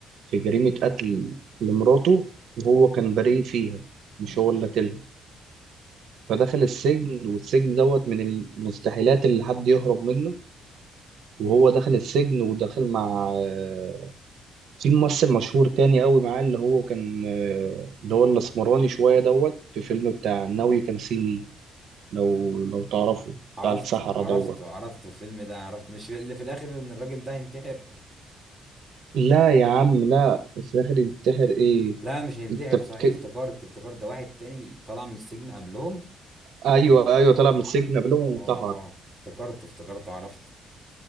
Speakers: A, on the right; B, in the centre.
A: في جريمه قتل لمراته وهو كان بريء فيها مش
B: أمم.
A: هو اللي قتلها فدخل السجن والسجن دوت من المستحيلات اللي حد يهرب منه وهو دخل السجن ودخل مع آه، في ممثل مشهور تاني قوي معاه اللي هو كان آه، اللي هو الاسمراني شوية دوت في فيلم بتاع ناو يو كان سي مي لو لو تعرفه
B: عرفت
A: بتاع السحرة
B: عرفت
A: دوت
B: عرفت الفيلم ده عرفت مش في- اللي في الاخر ان الراجل ده هينتحر
A: لا يا عم لا في الآخر ينتحر ايه
B: لا مش هينتحر
A: انت
B: صحيح
A: بك...
B: افتكرت افتكرت ده واحد تاني طلع من السجن قبلهم
A: ايوه
B: وده
A: ايوه طلع
B: انتحر
A: من السجن قبلهم وانتحر
B: اه اه افتكرته افتكرته عرفته